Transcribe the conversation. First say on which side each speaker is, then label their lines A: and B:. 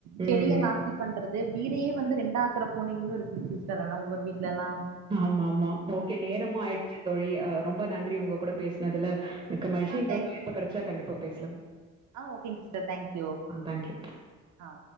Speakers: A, on the right (about 65°); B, on the right (about 20°).
A: செடிய
B: ம்.
A: நாஸ்த்தி பண் கறது வீடையே வந்து ரெண்டா ஆக்கர பூனைங்களும் இருக்கு சிஸ்டர் ஆன ஒவ்வொரு வீட்ல எல்லாம்
B: ஆமா ஆமா ஓகே நேரமும் ஆயிடுச்சு தோழி அ ரொம்ப நன்றி உங்க கூட பேசினதுல மிக்க மகிழ்ச்சி
A: ஆ
B: இன்னொ
A: தேங்க்
B: வாய்ப்பு கெடைச்ச கண்டிப்பா பேசலாம்
A: ஆ ஓகேங்க சிஸ்டர் தேங்க்யூ
B: ஆ தேங்க்யூ.
A: ஆ